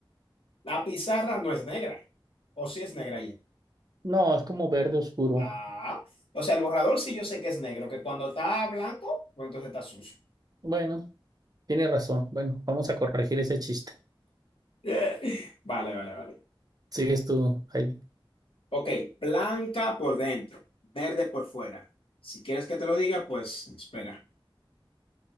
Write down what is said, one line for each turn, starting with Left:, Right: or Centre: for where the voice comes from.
Left: la pizarra no es negra, o si es negra ya.
Right: No, es como verde oscuro.
Left: Ah, o sea, el borrador sí yo sé que es negro, que cuando está blanco, pues entonces está sucio.
Right: Bueno, tiene razón. Bueno, vamos a corregir ese chiste.
Left: <laughs> Vale, vale, vale.
Right: Sigues tú, Heidi.
Left: Ok, blanca por dentro, verde por fuera. Si quieres que te lo diga, pues espera.